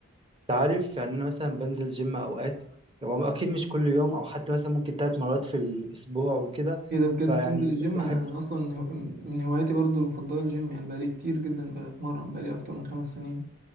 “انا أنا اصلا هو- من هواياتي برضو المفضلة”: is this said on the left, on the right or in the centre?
Right